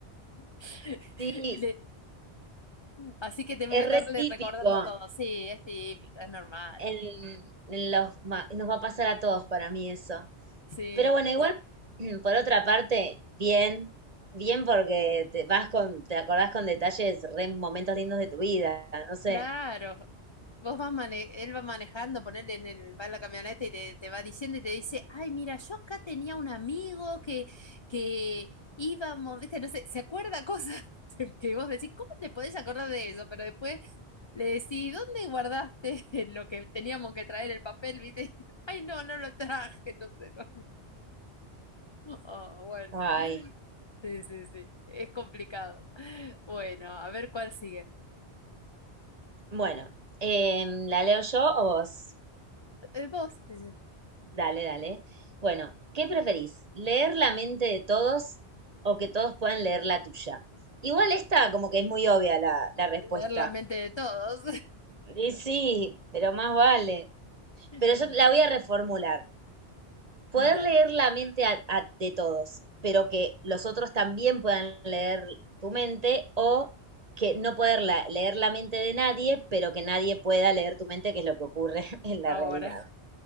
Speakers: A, on the left; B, on the right.
A: <laughs>
B: sí,
A: Y le- Así que tengo
B: es
A: que estarle
B: re típico
A: recordando todo. Sí, es típico, es normal.
B: en, en los, ma- nos va a pasar a todos para mí eso.
A: Sí.
B: Pero bueno, igual, <clears throat> por otra parte, bien, bien porque te vas con, te acordás con detalles, re momentos lindos de tu vida, no sé.
A: Claro, vos vas mane- él va manejando, ponele en el, va en la camioneta y te, te va diciendo y te dice, ay, mira, yo acá tenía un amigo que, que íbamos, viste, no sé, se acuerda cosas <laughs> que vos decís, ¿cómo te podés acordar de eso? Pero después le decís, ¿dónde guardaste <laughs> lo que teníamos que traer el papel, viste? <laughs> Ay, no, no lo traje, <laughs> no sé, no. <laughs> Oh, bueno,
B: Ay,
A: sí, sí, sí, es complicado. Bueno, a ver cuál sigue.
B: bueno, em, ¿la leo yo o vos?
A: Eh, Vos, dice,
B: Dale, dale. Bueno, ¿qué preferís? ¿Leer la mente de todos o que todos puedan leer la tuya? Igual esta como que es muy obvia la, la respuesta.
A: leer la mente de todos. <laughs>
B: Y sí, pero más vale. Pero
A: Mm,
B: yo la voy a reformular. Poder
A: Dale,
B: leer la mente a- a- de todos, pero que los otros también puedan leer tu mente o que no poder la- leer la mente de nadie, pero que nadie pueda leer tu mente, que es lo que ocurre <laughs> en la
A: ahora.
B: realidad.